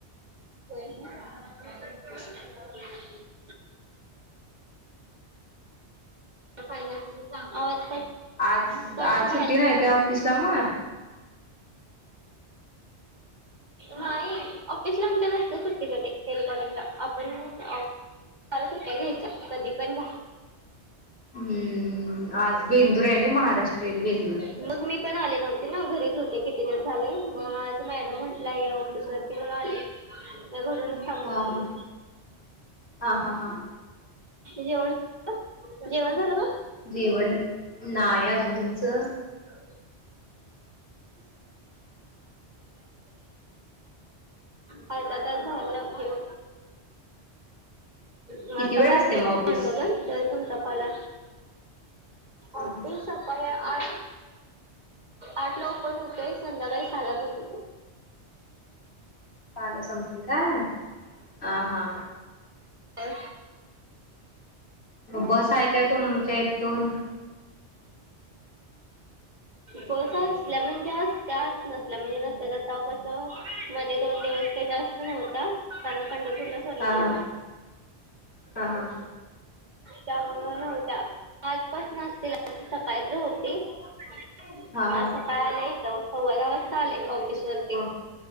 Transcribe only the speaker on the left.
आज
आज
सुट्टी नाही काय ऑफिस ला मग?
हम्म आज बेंदूरेने महाराष्ट्रीयन बेंदूर.
हा
हा
हा हा हा
जेवन नाई अजून तुमचं.
<inaudible>
किती
वेळ
आसते म ऑपीस?
हा
हा
चाल संपते का हा हा
बस ऐकाय तुमच्या इथ दोन?
हा हा
हा हा
हा हा
मग